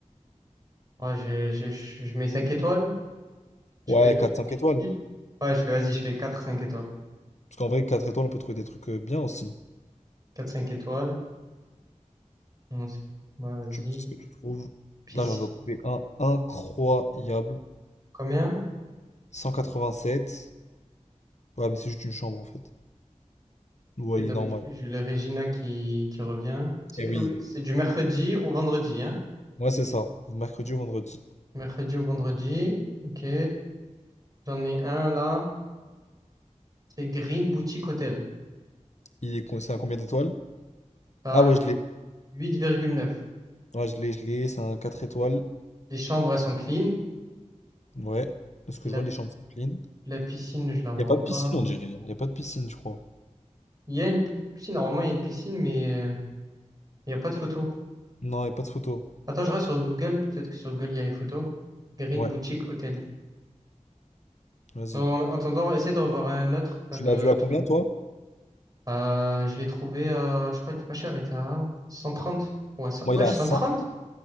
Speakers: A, on the right (about 30°); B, on the left (about 65°).
A: Ouais, j'ai- j'ai- je je mets cinq étoiles. Je
B: Ouais,
A: fais le
B: quatre, cinq
A: difficile.
B: étoiles.
A: Ouais, je fais, vas-y, je fais quatre cinq étoiles.
B: Parce qu'en vrai, 4 étoiles, on peut trouver des trucs euh, bien aussi.
A: quatre cinq étoiles. Bon, c'est- Ouais, vas-y.
B: Tu me dis ce que tu trouves.
A: Piscine,
B: Là, j'en ai trouvé un incroyable.
A: combien?
B: 187. Ouais, mais c'est juste une chambre en fait. Ouais,
A: Et donc,
B: il est normal.
A: j'ai le Regina qui, qui revient. C'est
B: Eh oui.
A: euh, c'est du mercredi au vendredi, hein?
B: Ouais, c'est ça. Mercredi ou vendredi.
A: Mercredi au vendredi. Ok. J'en ai un là. C'est Green Boutique Hotel.
B: Il est co- c'est un combien d'étoiles?
A: T'as
B: Ah ouais,
A: 8,
B: je l'ai.
A: 8,9.
B: Ouais, je l'ai, je l'ai. C'est un 4 étoiles.
A: Les chambres, elles sont clean.
B: Ouais. De ce que
A: La,
B: je vois, les chambres sont clean.
A: la piscine, je la vois
B: Il n'y a pas
A: pas.
B: de piscine, on dirait. Il n'y a pas de piscine, je crois.
A: Il y a une, si, normalement, il y a une piscine, mais euh, il n'y a pas de photo.
B: Non, il n'y a pas de photo.
A: Attends, je reste sur Google. Peut-être que sur Google, il y a les photos. Green
B: Ouais,
A: Boutique Hotel.
B: vas-y.
A: En en attendant, essaie de revoir un autre. enfin,
B: Tu
A: de
B: l'as vu à
A: trouver.
B: combien, toi?
A: Euh, je l'ai trouvé, euh, je crois qu'il était pas cher. Il était à 130. Ouais, 100
B: Moi,
A: ouais,
B: il a
A: 130?
B: cent